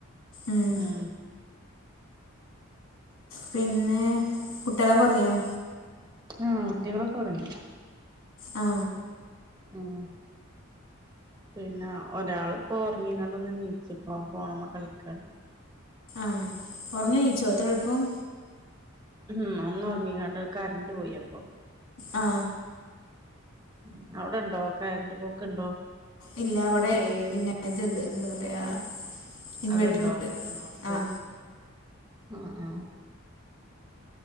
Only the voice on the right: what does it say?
ആ.
ആ കുട്ടികളൊക്കെ ഉറങ്ങി.
ഉം. പിന്നെ ഒരാള് ഇപ്പോ ഉറങ്ങികൊണ്ടെന്ന് നീച്ചപ്പ ഫോൺ മേൽ കളിക്ക.
ഉം. ഒന്ന് ഒറങ്ങിക്കാണ്ട കരന്റ് പോയി അപ്പൊ.
ഉം. അവിടുണ്ടോ കാറന്റ്പോക്ക് ഉണ്ടോ?
അതുണ്ടോ
ശരി
ആ ആ